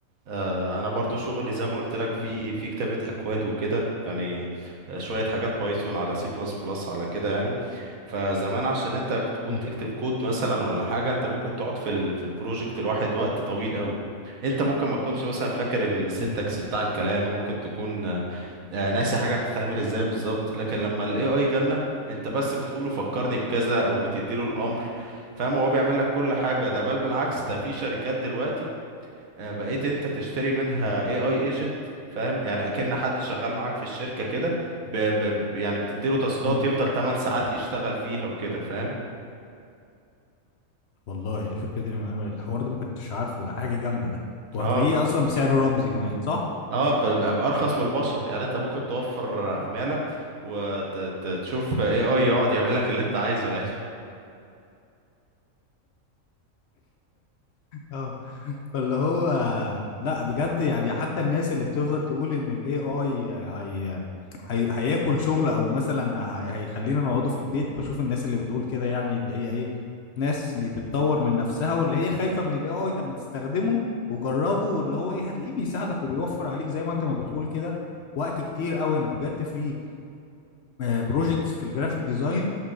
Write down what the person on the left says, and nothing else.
مم،
مم،
مم،
مم،
مم،
والله الفكرة دي أنا أنا الحوار ده ما كنتش عارفه ده حاجة جامدة ده وهتلاقيه
أصلا بسعر رمزي كمان صح؟
اه فاللي هو لا بجد يعني حتى الناس اللي بتفضل تقول إن ال AI هي... هي... هياكل شغل أو مثلا هي... هيخلينا نقعده في البيت بشوف الناس اللي بتقول كده يعني اللي هي إيه ناس مش بتطور من نفسها واللي هي خايفة من ال AI طب ما تستخدمه وجربه واللي هو إيه هتلاقيه بيساعدك وبيوفر عليك زي ما أنت ما بتقول كده وقت كتير قوي انا بجد في بروجكتس في الجرافيك ديزاين